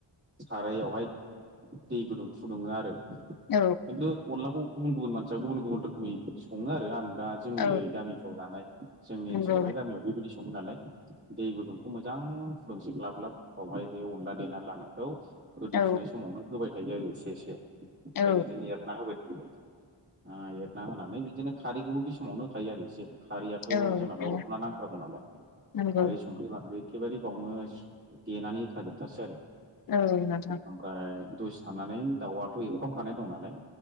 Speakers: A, on the right; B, on the left.
A: सारायावहाय दै गुदुं फुदुङो आरो
B: औ
A: खिन्थु अनलाखौ गुबुन गुबुन मानसिया गुबुन गुबुन रोखोमै सङो आरो आं दा जोंनि
B: औ
A: ओरै गामिफ्र जानाय जोंनि
B: नोंथां
A: ओनसोलावहाय गामियाव बेबायदि सङो नालाय दै गुदुंखौ मोजां फुदुंसे ग्लाब ग्लाब बावहाय बे अनला देना लानायखौ उदौफुनाय
B: औ
A: समावनो होबाय थायो आरो एसे एसे ओमफ्राय
B: औ नोंथां
A: बिदिनो एरना होबाय थायो आरो एरना होनानै बिदिनो खारैखौबो बे समावनो होखायो आरो एसे खारैयाथ'
B: औ औ
A: जोंना
B: नोंथां
A: बर'फोरना नांथारगौ नालाय खारै
B: नंगौ
A: संख्रि बानलुै एखेबारे गावनो देनानै होफाजोबथारसै आरो
B: औ नोंथां।
A: ओमफ्राय दसे थाननानै दाउआथ' एवखामखानाय दं नालाय